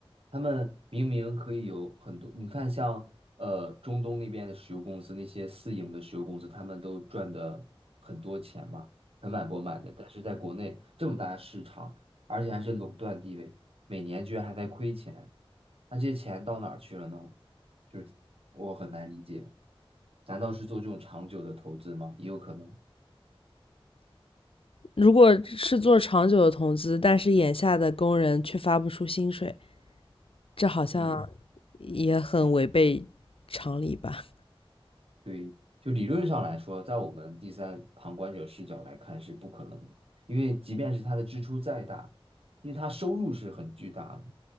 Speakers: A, on the right; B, on the left.
A: 他们明明可以有很多，你看像呃中东那边的石油公司，那些私营的石油公司，他们都赚的很多钱嘛，盆满钵满的。但是在国内这么大的市场，而且还是垄断地位，每年居然还在亏钱，那这些钱到哪儿去了呢？就是我很难理解，难道是做这种长久的投资吗？也有可能，
B: 如果是做长久的投资，但是眼下的工人却发不出薪水，这好像
A: 嗯。
B: 也很违背常理吧？
A: 对，就理论上来说，在我们第三旁观者视角来看是不可能的，因为即便是他的支出再大，因为他收入是很巨大的，